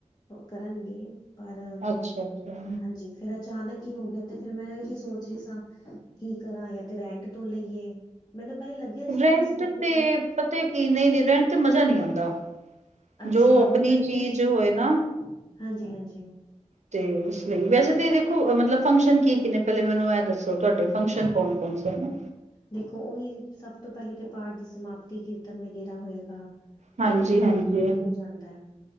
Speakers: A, on the left (about 35°); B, on the right (about 65°).
A: ਕਰਨਗੇ ਪਰ
B: ਅੱਛਾ-ਅੱਛਾ
A: ਹਾਂਜੀ ਫਿਰ ਅਚਾਨਕ ਕੀ ਹੋ ਗਿਆ ਤੇ ਫੇਿਰ ਮੈਂ ਇਹੀ ਸੋਚ ਰਹੀ ਸਾਂ ਕੀ ਕਰਾਂ ਜਾਂ ਤੇ ਰੈਂਟ ਤੋਂ ਲਈਏ ਮੈਨੂੰ ਪਹਿਲੇ ਲੱਗਿਆ ਸ਼ਾਇਦ
B: ਰੈਂਟ
A: ਤੁਸੀਂ ਕਿੱਥੇ
B: ਤੇ ਪਤਾ ਕੀ ਨਹੀਂ-ਨਹੀਂ ਰੈਂਟ ਤੇ ਮਜਾ ਨਹੀਂ ਆਉਂਦਾ
A: ਅੱਛਾ,
B: ਜੋ ਆਪਣੀ
A: ਮਤਲਬ
B: ਚੀਜ਼
A: ਤੁਸੀਂ
B: ਹੋਏ ਨਾ
A: ਹਾਂਜੀ-ਹਾਂਜੀ
B: ਤੇ ਇਸ ਲਈ ਵੈਸੇ ਤੇ ਦੇਖੋ ਮਤਲਬ ਫੰਕਸ਼ਨ ਕੀ ਕੀ ਨੇ ਪਹਿਲੇ ਮੈਨੂੰ ਮੈਂ ਦੱਸੋ ਤੋ ਤੁਹਾਡੇ ਫੰਕਸ਼ਨ ਕੌਣ-ਕੌਣ ਸੇ ਨੇ
A: ਦੇਖੋ ਉਹੀ ਸਭ ਤੋਂ ਪਹਿਲੇ ਤੇ ਪਾਠ ਦੀ ਸਮਾਪਤੀ ਕੀਰਤਨ ਵਗੈਰਾ ਹੋਏਗਾ
B: ਹਾਂਜੀ,
A: ਇੱਕ ਤੇ ਉਹੀ
B: ਹਾਂਜੀ,
A: ਹੋ ਜਾਂਦਾ ਹੈ